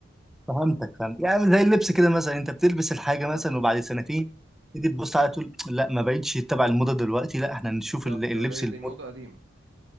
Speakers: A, in the centre; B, on the right.
A: فهمتك فهمت يعني زي اللبس كده مثلا انت بتلبس الحاجه
B: بالظبط
A: مثلا وبعد سنتين تيجي تبص عليها تقول لا ما بقتش تبع الموضه دلوقتي لا احنا نشوف
B: بالظبط
A: الل- اللبس
B: تقول ايه
A: الموضه
B: دي موضه قديمه